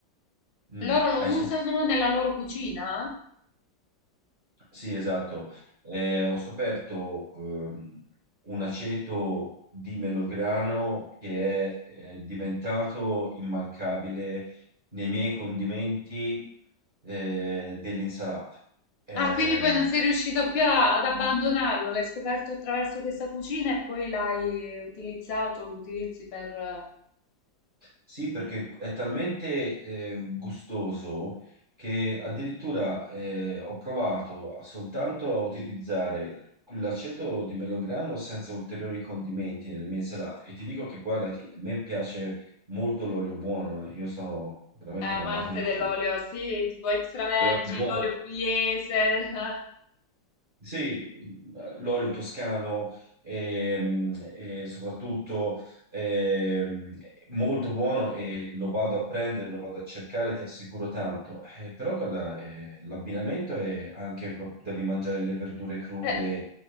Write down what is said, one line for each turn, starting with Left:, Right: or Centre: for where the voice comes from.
Right: Mm,
Left: Loro lo
Right: hai scoperto
Left: usano nella loro cucina?
Right: Sì, esatto. Eh, ho scoperto ehm, un aceto di Melograno che è eh, diventato immancabile nei miei condimenti eh, dell'insalata. Ehm,
Left: Ah, quindi poi non sei riuscito più a- ad abbandonarlo, l'hai scoperto attraverso questa cucina e poi l'hai utilizzato, lo utilizzi per... eh,
Right: Sì, perché è talmente eh, gustoso che addirittura eh, ho provato a- soltanto a utilizzare l'aceto di melograno senza ulteriori condimenti nelle mie insalate. E ti dico che guarda che a me piace molto l'olio buono, io sono veramente
Left: amante
Right: un amante
Left: dell'olio, sì, tipo extravergine,
Right: dell'olio buono.
Left: l'olio pugliese. <laughs>
Right: Sì, eh, l'olio toscano ehm, e, soprattutto ehm, molto buono e lo vado a prendere, lo vado a cercare, ti assicuro tanto. Eh, però guarda, eh, l'abbinamento è anche, co- devi mangiare le verdure crude,
Left: Eh,